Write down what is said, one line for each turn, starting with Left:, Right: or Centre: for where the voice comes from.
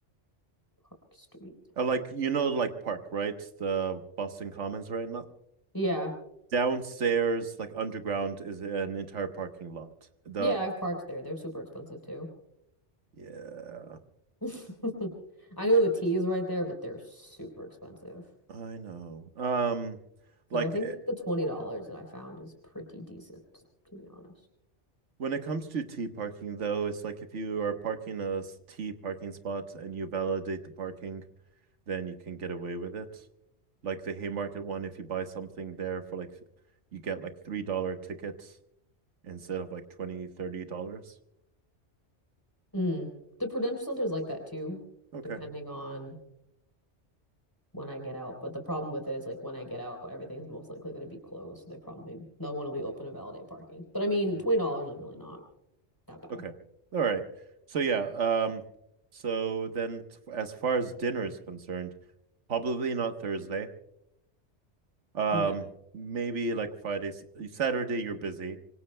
Left: Park Street.
Right: Uh, like you know like Park, right? The Boston Commons right now.
Left: Yeah.
Right: Downstairs, like underground is an entire parking lot. The
Left: Yeah, I've parked there. They're super expensive too.
Right: yeah,
Left: <laughs> I know the T is right there, but they're super expensive.
Right: I know. Um
Left: So
Right: like
Left: I think
Right: eh,
Left: the $20 that I found is pretty decent, to be honest.
Right: When it comes to T parking, though, it's like if you are parking a s- T parking spot and you validate the parking, then you can get away with it. Like the Haymarket one, if you buy something there for like, you get like $3 tickets instead of like twenty thirty dollars
Left: Mm. The Prudential Center is like that too,
Right: Okay.
Left: depending on when I get out. But the problem with it is like when I get out, everything's most likely going to be closed. So they probably no one will be open to validate parking. But I mean,
Right: Mm.
Left: twenty dollars is really not that bad.
Right: Okay. All right. So yeah, um, so then t- as far as dinner is concerned, probably not Thursday. Um,
Left: No.
Right: maybe like Friday, s- Saturday you're busy.